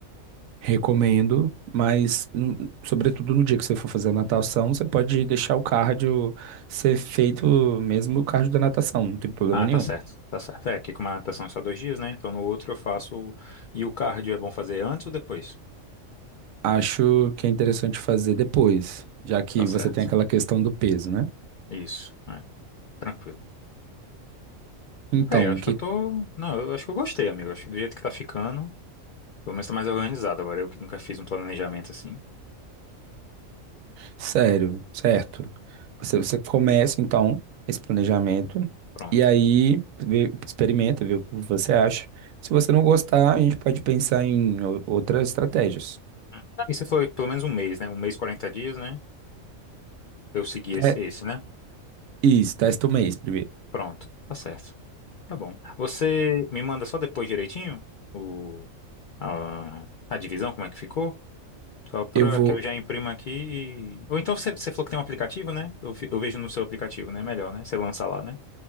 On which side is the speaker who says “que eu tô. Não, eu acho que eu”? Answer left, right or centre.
Left